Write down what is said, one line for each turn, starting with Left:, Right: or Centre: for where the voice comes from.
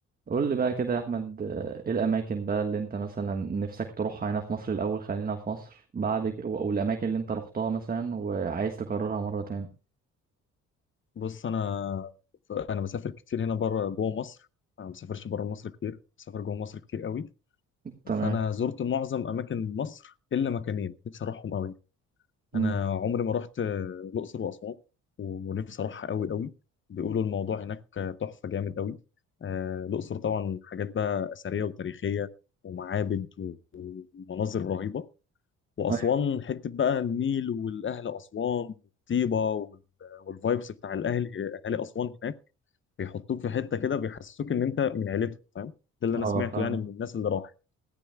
Right: قول لي بقى كده يا احمد آه، ايه الاماكن بقى اللي انت مثلا نفسك تروحها هنا في مصر الاول خلينا في مصر بعد ك- و- والاماكن اللي انت روحتها مثلا وعايز تكررها مره تاني
Left: بص انا ف- انا بسافر كتير هنا بره جوه مصر انا ما بسافرش بره مصر كتير بسافر جوه مصر كتير قوي
Right: تمام
Left: فانا زرت معظم اماكن مصر الا مكانين نفسي اروحهم قوي
Right: امم
Left: انا عمري ما رحت آه، الاقصر واسوان ونفسي اروحها قوي قوي بيقولوا الموضوع هناك آه، تحفه جامد قوي آه، الاقصر طبعا حاجات بقى اثريه وتاريخيه ومعابد و- ومناظر رهيبه واسوان
Right: أيوة.
Left: حته بقى النيل والاهل اسوان والطيبه وال- والفايبس بتاع الاهل اهالي اسوان هناك بيحطوك في حته كده بيحسسوك ان انت من عيلتهم فاهم ده اللي
Right: اه
Left: انا سمعته
Right: فاهم
Left: يعني من الناس اللي راحت